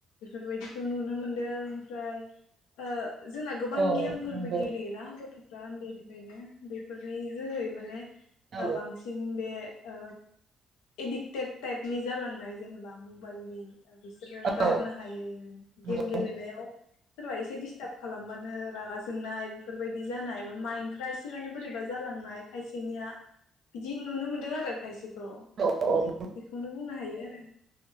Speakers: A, on the left; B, on the right.
A: बेफोरबायदिखौ नुनो मोनदों ओमफ्राय ओ जोंना गोबां
B: औ
A: गेमफोरबो
B: नंगौ
A: गेलेयोना गथ' फ्रा ओन्दैनिफ्रायनो बे फोरनि जोहै माने
B: औ
A: ओ बांसिन बे ओ एडिक्टेड टाइपनि जालांनाय जेनेबा मबाइलनि ओ बिसोरो गारनो
B: औ
A: हायै
B: नंगौ
A: गेम गेलेनायाव सोरबा एसे दिस थाब खालामबानो रागा जोंनाय बेफोरबायदि जानाय बा माइन्फ्रा एसे माने बोरैबा जालांनाय खायसेनिया बिदि नुनो मोनदों आरो खायसे खौ
B: औ औ नंगौ
A: बेखौनो बुंनो हायो आरो